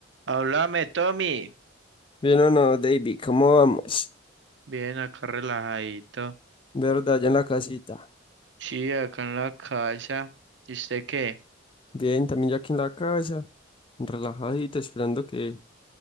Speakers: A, on the right; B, on the left.
A: Háblame, Tommy.
B: Bien o no, David, ¿cómo vamos?
A: Bien, acá relajadito.
B: ¿Verdad? Ya en la casita.
A: Sí, acá en la casa. ¿Y usted qué?
B: Bien, también ya aquí en la casa, relajadito, esperando que,